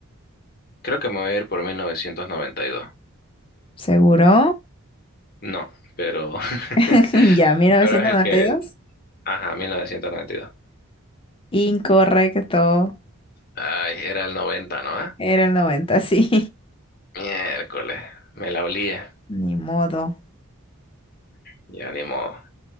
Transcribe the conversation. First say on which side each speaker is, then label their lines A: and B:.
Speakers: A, on the left; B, on the left.
A: Creo que me voy a ir por mil novecientos noventa y dos
B: ¿Seguro?
A: No, pero. <laughs>
B: <laughs> Ya, mil novecientos
A: Pero es el
B: noventa
A: que.
B: y dos
A: Ajá, mil novecientos noventa y dos
B: Incorrecto.
A: Ay, era el noventa ¿no?
B: Era el noventa sí.
A: Miércoles, me la olía.
B: <laughs> Ni modo.
A: Ya ni modo.